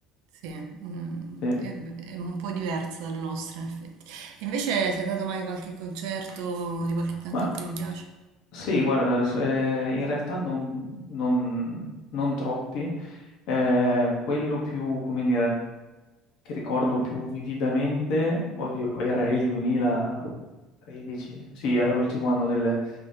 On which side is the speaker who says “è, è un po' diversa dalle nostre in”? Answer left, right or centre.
Right